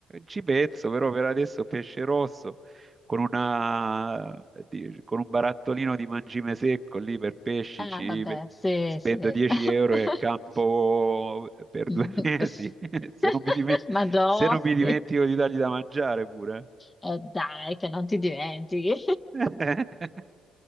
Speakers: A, on the right; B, on the left.
A: ci penso, però per adesso pesce rosso con una, di- con un barattolino di mangime secco lì per pesci,
B: Ah,
A: ci
B: vabbè, sì,
A: spendo
B: sì.
A: 10
B: <laughs>
A: euro e campo per
B: Mm.
A: due <laughs> mesi,
B: <laughs>
A: se non mi dime-
B: Ma dossi.
A: se non mi dimentico di dargli da mangiare pure.
B: E dai, che non ti dimentichi.
A: <laughs>